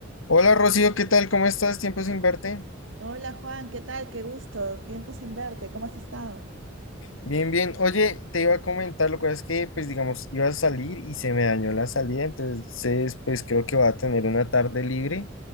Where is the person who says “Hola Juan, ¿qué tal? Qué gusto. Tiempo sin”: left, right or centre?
Right